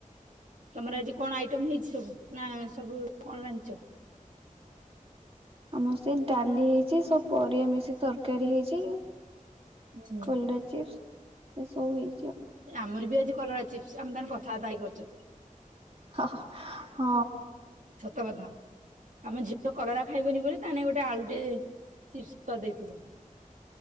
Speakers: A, on the right; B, on the right.
A: ତମର ଆଜି କଣ ଆଇଟମ ହେଇଛି ସବୁ ନା ସବୁ କଣ ରାନ୍ଧିଚ?
B: ଆମର ସେଇ ଡାଲି ହେଇଛି ସବୁ ପରିବା ମିଶି ତରକାରୀ ହେଇଛି।
A: ହୁଁ
B: କଲରା ଚିପ୍ସ ଏସବୁ ହେଇ
A: ଆମର ବି ଆଜି କଲରା ଚିପ୍ସ ଆମେ ତାହେନେ କଥାବାର୍ତ୍ତା ହେଇ କରଛନ୍ତି।
B: ହଁ।
A: ସତ କଥା। ଆମ ଝିଅ କଲରା ଖାଇବନି ବୋଲି ତା ନାଗି ଗୋଟେ ଆଳୁଟେ ଚିପ୍ସ କରିଦେଇଥିଲି।